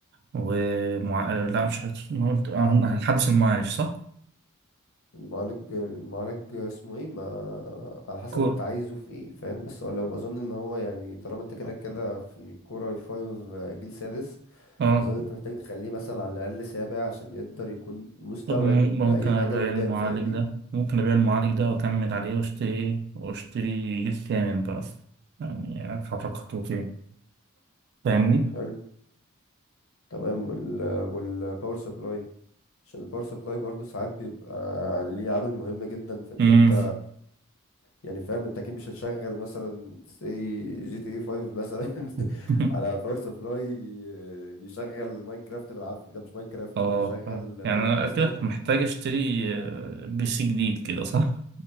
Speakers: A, on the right; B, on the left.
A: ومع... آه، لا مش هت... أنا قلت- آه، هنحدث المعالج صح؟
B: المعالج المعالج اسمه ايه ما على حسب
A: كور
B: انت عايزه في ايه فاهم بس ولا اظن ان هو يعني طالما انت كده كده في الكوره 5 جيل سادس
A: اه
B: اظن انت محتاج تخليه مثلا على الاقل سابع عشان يقدر يكون مستوعب
A: طب مم-
B: لاي
A: ممكن أبيع
B: حاجه قدام
A: المعالج
B: فاهمني
A: ده ممكن أبيع المعالج ده وأكمل عليه وأشتري إيه وأشتري جيل كامل بقى يعني أتحرك خطوتين فاهمني؟
B: حلو تمام وال والباور سبلاي عشان الباور سبلاي برضو ساعات بيبقى ليه عامل مهم جدا في ان
A: مم.
B: انت يعني فاهم انت اكيد مش هتشغل مثلا سي جي تي 5 مثلا <laughs>
A: <laughs>
B: على باور سبلاي بيشغل ماينكرافت بالعافيه لا مش ماينكرافت
A: اه
B: بيشغل
A: فاهم.
B: ايس
A: يعني أنا كده
B: تاور
A: محتاج أشتري آه، بي سي جديد كده صح؟